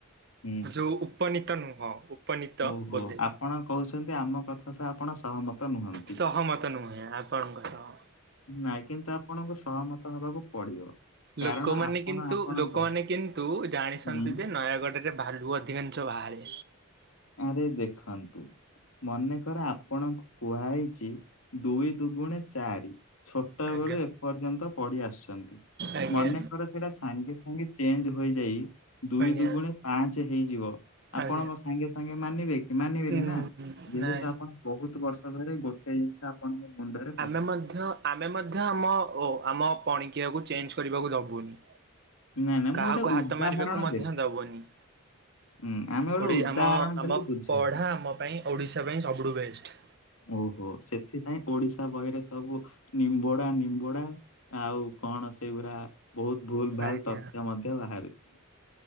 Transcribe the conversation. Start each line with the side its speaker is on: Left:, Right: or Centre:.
Left: ହୁଁ।
Right: ଯୋଉ। ଉପନୀତ ନୁହଁ। ଉପନୀତ
Left: ଓହୋ,
Right: ବୋଧେ
Left: ଆପଣ କହୁଛନ୍ତି, ଆମ କଥା ସହ ଆପଣ ସହମତ। ନୁହନ୍ତି।
Right: ସହମତ ନୁହେଁ, ଆପଣଙ୍କ ସହ।
Left: ନାଇଁ, କିନ୍ତୁ ଆପଣଙ୍କୁ ସହମତ ହବାକୁ ପଡିବ। କାରଣ
Right: ଲୋକ ମାନେ
Left: ଆପଣ
Right: କିନ୍ତୁ,
Left: ଆପଣଙ୍କ
Right: ଲୋକ ମାନେ କିନ୍ତୁ ଜାଣିଛନ୍ତି
Left: ହୁଁ
Right: ଯେ ନୟାଗଡ଼ରେ ରେ ଭାଲୁ ଅଧିକାଂଶ ବାହାରେ।
Left: ଆରେ, ଦେଖାନ୍ତୁ। ମନେକର, ଆପଣଙ୍କୁ କୁହା ହେଇଛି, ଦୁଇ ଦୁଗୁଣେ ଚାରି। ଛୋଟ
Right: ଆଜ୍ଞା
Left: ବେଳୁ ଏପର୍ଯ୍ୟନ୍ତ ପଢ଼ି ଆସିଛନ୍ତି
Right: ଆଜ୍ଞା
Left: ମନେକର। ସେଟା ସାଙ୍ଗେ ସାଙ୍ଗେ ଚେଞ୍ଜ ହୋଇଯାଇ, ଦୁଇ
Right: ଆଜ୍ଞା।
Left: ଦୁଗୁଣେ ପାଞ୍ଚ ହେଇଯିବ ଆପଣଙ୍କ
Right: ଆଜ୍ଞା
Left: ସାଙ୍ଗେ ସାଙ୍ଗେ ମାନିବେ କି ମାନିବେନି
Right: ଉଁ
Left: ନା? ଯେହେତୁ,
Right: ନାଇଁ
Left: ଆପଣ ବହୁତ ବର୍ଷ ଧରେ ଗୋଟେ ଜିନିଷ ଆ ଆପଣଙ୍କ ମୁଣ୍ଡରେ‌।
Right: ଆମେ ମଧ୍ୟ, ଆମେ ମଧ୍ୟ ଆମ ଓ ଆମ ପଣିକିଆକୁ ଚେଞ୍ଜ କରିବାକୁ ଦବୁନି।
Left: ନାଇଁ ନାଇଁ ମୁଁ
Right: କାହାକୁ
Left: ଗୋଟେ
Right: ହାତ
Left: ଉଦାହରଣ
Right: ମାରିବାକୁ ମଧ୍ୟ ଦବୁନି।
Left: ଉଁ, ଆମେ ଗୋଟେ
Right: ଓଡ଼ି
Left: ଉଦାହରଣ
Right: ଆମ-ଆମ
Left: ଦେଲି ବୁଝିବା
Right: ପଢ଼ା,
Left: ପାଇଁ।
Right: ଆମ ପାଇଁ, ଓଡ଼ିଶା ପାଇଁ ସବୁଠୁ ବେଷ୍ଟ।
Left: ଓହୋ, ସେଥିପାଇଁ ଓଡିଶା ବହିରେ, ସବୁ ନିମ୍ବୋଡା ନିମ୍ବୋଡା। ଆଉ କଣ, ସେଇଗୁୁରା ବହୁତ ଭୁଲ ଭାଲ
Right: ଆଜ୍ଞା
Left: ତଥ୍ୟ ମଧ୍ୟ ବାହାରୁଛି।